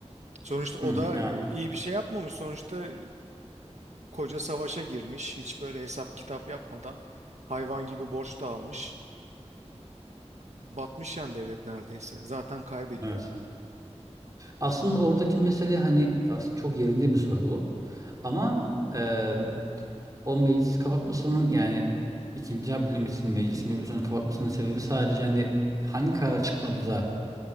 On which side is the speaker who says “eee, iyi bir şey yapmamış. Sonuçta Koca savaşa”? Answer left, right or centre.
Right